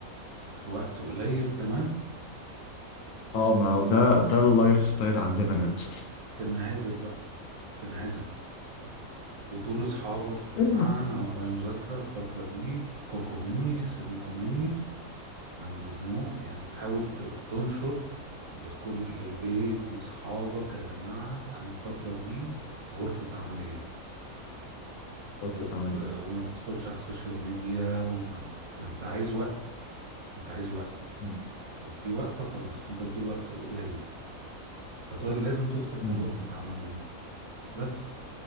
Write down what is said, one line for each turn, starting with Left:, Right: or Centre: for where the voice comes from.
Right: في وقت قليل كمان
Left: اه ما هو ده ده اللايف ستايل عندنا للأسف
Right: تنعزل بقى تنعزل وتقول لاصحابك يا جماعه
Left: <laughs>
Right: انا ورايا مذاكره الفتره دي فكوكوا مني سيبوكوا مني انا مزنوق يعني تحاول ت- تنشر لكل للبيت لاصحابك يا جماعه انا الفتره دي غرفه عمليات
Left: غرفة
Right: وت...
Left: عمليات
Right: وما تدخلش على السوشيال ميديا وما ما انت عايز وقت انت عايز وقت
Left: م-
Right: لو في وقت خلاص انت بتقول وقت قليل فلازم تدخل في
Left: م-
Right: غرفه
Left: م.
Right: عمليات بس